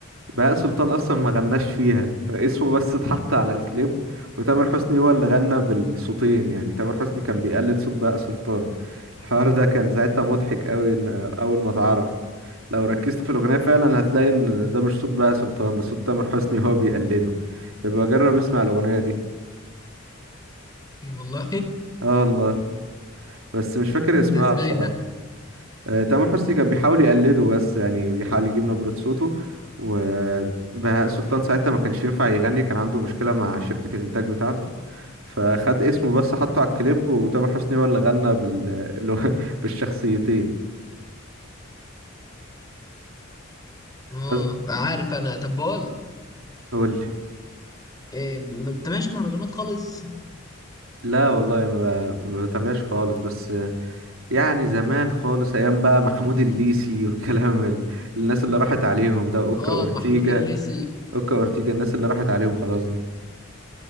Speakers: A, on the right; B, on the left.
A: بهاء سلطان اصلا ما غناش فيها اسمه بس اتحط على الكليب وتامر حسني هو اللي غنى بالصوتين يعني تامر حسني كان بيقلد صوت بهاء سلطان الحوار ده كان ساعتها مضحك قوي ان اول ما اتعرف لو ركزت في الاغنيه فعلا هتلاقي ان ده مش صوت بهاء سلطان ده صوت تامر حسني هو بيقلده يبقى جرب اسمع الاغنيه دي
B: والله
A: اه والله بس مش
B: <laughs>
A: فاكر اسمها
B: ده ازاي
A: بصراحه
B: ده
A: آه، تامر حسني كان بيحاول يقلده بس يعني بيحاول يجيب نبرة صوته وبهاء سلطان ساعتها ما كانش ينفع يغني كان عنده مشكلة مع شركة الإنتاج بتاعته فخد اسمه بس حطه على الكليب وتامر حسني هو اللي غنى بال... اللي هو <laughs> بالشخصيتين
B: اه
A: بس
B: عارف انا طب بقول لك،
A: قول لي
B: آه، ما انتبهش مهرجانات خالص
A: لا والله ما, ما بتابعش خالص بس آه، يعني زمان خالص أيام بقى <laughs> محمود الليثي والكلام ال... الناس اللي راحت عليهم ده أوكا
B: اه
A: وأورتيجا
B: محمود الليثي
A: أوكا وأورتيجا الناس اللي راحت عليهم خلاص دي